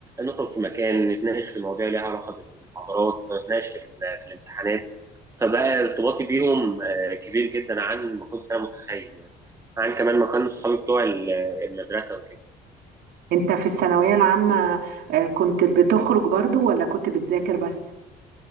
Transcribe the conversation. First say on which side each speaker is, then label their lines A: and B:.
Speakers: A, on the right; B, on the right.
A: نخرج في مكان نتناقش في مواضيع ليها علاقه بالمحاضرات نتناقش في, ال- في الامتحانات فبقى ارتباطي بيهم آه، كبير جدا عن ما كنت انا متخيل يعني عن كمان ما كانوا صحابي بتوع ال- المدرسه وكده
B: انت في الثانوية العامة آه، كنت بتخرج برضو ولا كنت بتذاكر بس